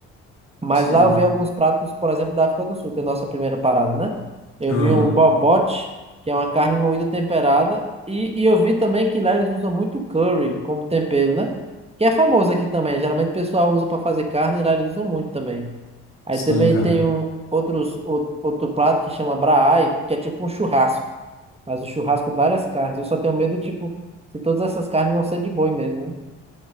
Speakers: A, on the right; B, on the left.
A: Mas
B: Sim.
A: lá eu vi alguns pratos, por exemplo, da África do Sul, que é a nossa primeira parada, né? Eu
B: Aham.
A: vi um bobote, que é uma carne moída temperada, e, e eu vi também que lá eles usam muito curry como tempero, né? Que é famoso aqui também. Geralmente o pessoal usa para fazer carne e lá eles usam muito também. Aí
B: Sim,
A: também
B: cara.
A: tem um outros, outro, outro prato que chama braai, que é tipo um churrasco. Mas o churrasco, várias carnes. Eu só tenho medo, tipo, se todas essas carnes vão ser de boi mesmo. hein?